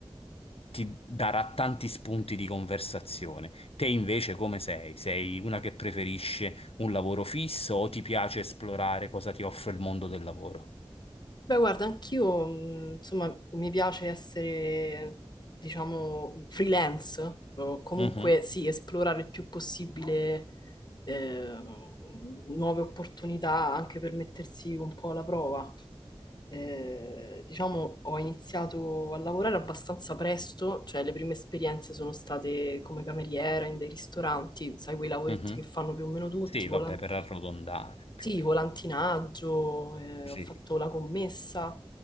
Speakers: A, on the left; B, on the left.
A: ti darà tanti spunti di conversazione. Te invece come sei? Sei una che preferisce un lavoro fisso o ti piace esplorare cosa ti offre il mondo del lavoro?
B: Beh, guarda, anch'io, mh, insomma, mi piace essere, diciamo, freelance, o comunque
A: Mhm,
B: sì, esplorare il più possibile eh, nuove opportunità anche per mettersi un po' alla prova. eh, diciamo, ho iniziato a lavorare abbastanza presto, cioè le prime esperienze sono state come cameriera in dei ristoranti, sai, quei lavoretti
A: mhm.
B: che fanno più o meno tutti,
A: Sì,
B: volan-
A: vabbè, per arrotondare più
B: sì,
A: o meno.
B: volantinaggio, eh,
A: Sì,
B: ho fatto la commessa